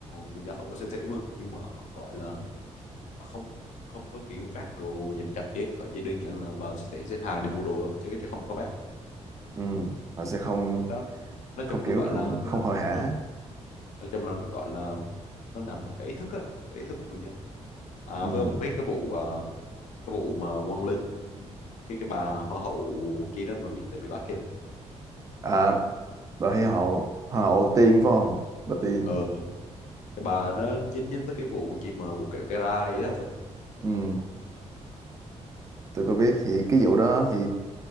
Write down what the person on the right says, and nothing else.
Ừ. họ sẽ không
không
kiểu
không
không
hội hả
ừ.
à bà thấy họ họ tiên phải không bà tiên
ừ. tôi có biết thì cái vụ đó thì